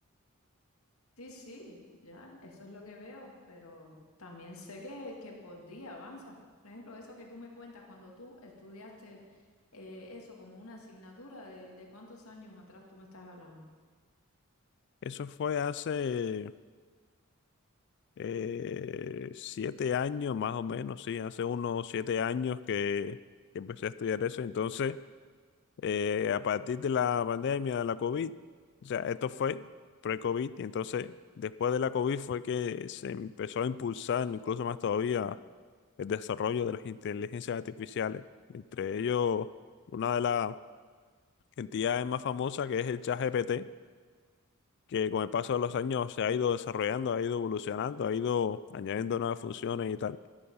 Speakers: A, on the left; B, on the left.
A: Sí, sí, ya, eso es lo que veo, pero también sé que, que por día avanza. Por ejemplo, eso que tú me cuentas cuando tú estudiaste eh, eso como una asignatura, de, de cuántos años atrás tú me estás hablando?
B: Eso fue hace eh, siete años, más o menos, sí, hace unos siete años que, que empecé a estudiar eso. Entonces, eh, a partir de la pandemia de la COVID, o sea, esto fue pre-COVID, y entonces después de la COVID fue que se empezó a impulsar incluso más todavía el desarrollo de las inteligencias artificiales, entre ellos una de las entidades más famosas que es el ChatGPT, que con el paso de los años se ha ido desarrollando, ha ido evolucionando, ha ido añadiendo nuevas funciones y tal.